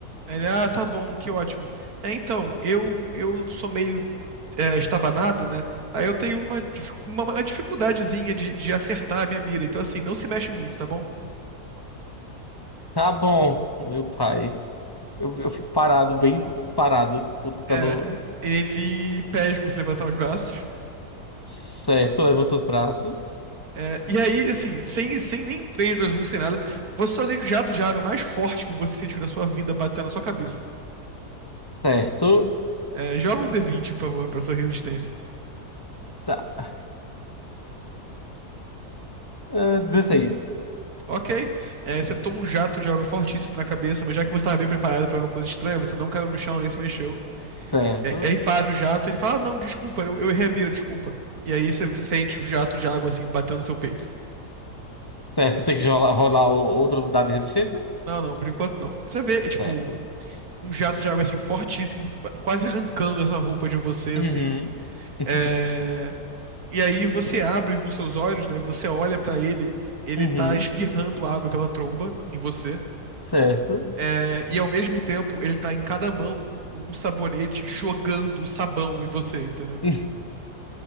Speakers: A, on the right; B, on the left.
A: Aí Ele, ah, tá bom, que ótimo. É, então, eu, eu sou meio é, estabanado, né? Aí eu tenho uma, dificu- uma, uma dificuldadezinha de, de acertar a minha mira. Então, assim, não se mexe muito, tá bom?
B: Tá bom, meu pai. Eu, eu fico parado, bem parado, tipo, tentando.
A: É, ele pede pra você levantar os braços.
B: Certo, levanta os braços.
A: É, e aí, assim, sem, sem nem três dois um sem nada, você só sente o jato de água mais forte que você sentiu na sua vida batendo na sua cabeça.
B: Certo.
A: É, joga um d vinte, por favor, pra sua resistência.
B: Tá. Ah, 16.
A: Ok. É, você toma um jato de água fortíssimo na cabeça, mas já que você estava bem preparado pra uma coisa estranha, você não caiu no chão nem se mexeu.
B: Certo.
A: E aí, aí para o jato, ele fala: "Ah, Não, desculpa, eu, eu errei a mira, desculpa. E aí você sente o jato de água, assim, batendo no seu peito.
B: Certo, tem que rolar, rolar o- outro dado de resistência?
A: Não, não, por enquanto não. Você vê, é, tipo,
B: Certo.
A: um jato de água, assim, fortíssimo, quase arrancando essa roupa de você, assim.
B: Uhum. <laughs>
A: É. E aí você abre um dos seus olhos, né? Você olha pra ele, ele
B: Uhum.
A: tá espirrando água pela tromba em você.
B: Certo.
A: É, e ao mesmo tempo, ele tá em cada mão com um sabonete jogando sabão em você, entendeu?
B: <laughs>